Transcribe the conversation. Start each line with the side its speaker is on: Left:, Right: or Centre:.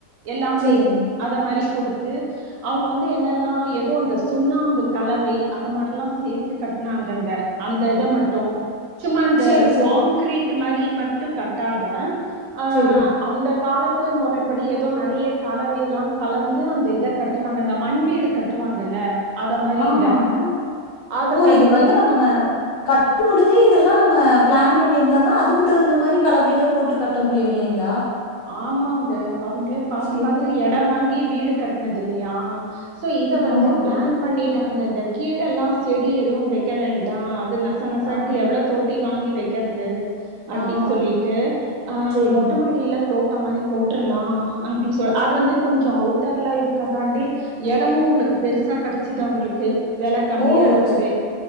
Right: எல்லாமே
Left: சரிங்க.
Right: அத மரி குடுத் அது அவங்க வந்து என்னன்னா ஏதோ அந்த சுண்ணாம்பு கலவை அத மாரெல்லாம் சேர்த்து கட்னாங்கங்க அந்தத மட்டும் <unintelligible> சும்மா இந்த
Left: சரி, சரி,
Right: காங்க்ரீட் மரி மட்டும் கட்டாத ஆஹ்
Left: சரி.
Right: அந்த காலத் து மொரப்படி எ நெறைய கலவையெல்லாம் கலந்து அந்த இதை கட்டுனாங்க அந்த மண் வீடு கட்டுவாங்கல்ல அத மாரிங்க.
Left: ஆமான
Right: அத
Left: ஓ
Right: கட்டி
Left: இது வந்து நம்ம கட்டும்பொழுது இதெல்லாம் நம்ம பிளான் பண்ணியிருந்தா தான் அதுக்கு தகுந்த மாரி கலவையல்லாம் போட்டு கட்ட முடியும் இல்லீங்க
Right: ஆமாங்க அவுங்களே பாத்து
Left: சரி.
Right: பாத்து எடம் வாங்கி வீடு கட்னதில்லியா சோ இத
Left: ஆமாங்க.
Right: வந்து பிளான் பண்ணிட் ட்டாங்கங்க கீழேல்லாம் செடி எதுவும் வெக்க வேண்டாம் நச நசன்டு
Left: ஆ,
Right: எவ்ளோ தோட் ட்டி வாங்கி வெக்கறது அப்டி
Left: ஆமா.
Right: சொல்லிட்டு அஹ்
Left: சரிங்க.
Right: மொட்ட மாடில தோட்டம் மாரி போட்ரலாம் அப்டி சொ அது வந்து கொஞ்சம் அவுட்டர்ல இருக்க தாண்டி எடமும் உங்ளுக்கு பெருசா கெடச்சுதா அங்ளுக்கு வில கம்மியா
Left: ஓ!
Right: இருக்கவே
Left: சே